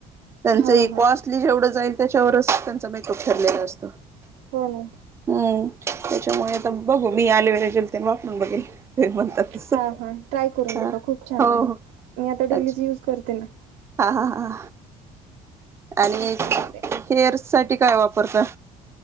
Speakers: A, on the right; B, on the right.
A: त्यांचं
B: हा
A: ही
B: हा
A: कॉस्टली जेवढं जाईल त्याच्यावरच त्यांचा मेकअप ठरलेलं असतो.
B: हो ना
A: हम्म त्याच्यामुळे आता बघू मी आले एलोवेरा जेल तेन वापरून बघेल. ते म्हणतात तसं.
B: हा हा ट्राय करून
A: हा
B: बघा खूप छान
A: हो
B: आहे
A: हो
B: मी आता
A: अच्छा
B: डेलीचं युज करते ना
A: हा हा हा आणि
B: मस्त आहे ते.
A: हेअर साठी काय वापरता?